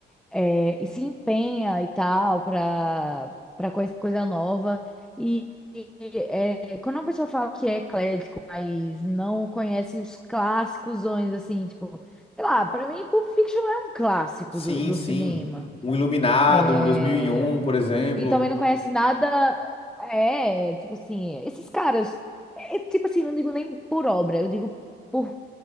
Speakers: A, in the centre; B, on the left.
A: é, e se empenha e tal para para coisa, coisa nova. E, e, é, quando uma pessoa fala que é eclético, mas não conhece os clássicos, assim, tipo, sei lá, para mim Pulp Fiction é um clássico
B: Sim,
A: do, do
B: sim.
A: cinema.
B: Um Iluminado,
A: É,
B: um 2001, por exemplo.
A: e também não conhece nada. É, tipo assim, esses caras, é, é, tipo assim, não digo nem por obra, eu digo. por